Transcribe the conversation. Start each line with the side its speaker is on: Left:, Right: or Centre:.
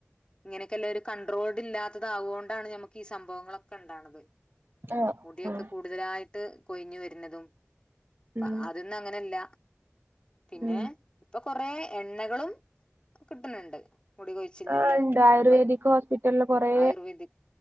Left: ഇങ്ങനെക്കെല്ലൊരു കണ്ട്രോൾഡ് ഇല്ലാത്തതാവോണ്ടാണ് നമ്മക്ക് ഈ സംഭവങ്ങളൊക്കെ ഇണ്ടാണത്
Right: ആഹ്
Left: മുടിയൊക്കെ
Right: ആഹ്
Left: കൂടുതലായിട്ട് കൊഴിഞ്ഞ് വര്ണതും പ്പ
Right: ഉം
Left: അത് ന്നും അങ്ങനെ ല്ല പിന്നെ
Right: ഉം
Left: ഇപ്പ കൊറേ എണ്ണകളും കിട്ട്ണ് ഇണ്ട് മുടികൊഴി ച്ചിൽന്
Right: ആഹ്
Left: ല്ലേ
Right: ഇണ്ട് ആയുർവേദിക്
Left: എണ്ണ
Right: ഹോസ്പിറ്റലില് കൊറേ
Left: ആയുർവേദിക്